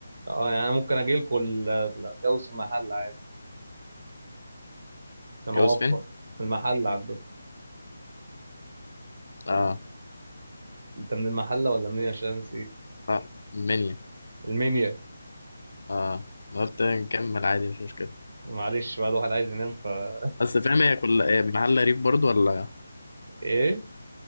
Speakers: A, on the right (about 45°); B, on the left (about 80°).
A: اه يعني أنا ممكن اجي لكم اتجوز في المحل عادي عشان
B: جوز
A: اوفر
B: فين؟
A: في المحل عندكم ولا
B: اه
A: انت من المحلة ولا منين عشان نسيت
B: لا منيا
A: المنيا
B: اه أنا قلت نكمل عادي مش مشكلة
A: معلش بقى الواحد عايز ينام فا
B: بس فاهم هي كل محلة ريف برضو ولا
A: ايه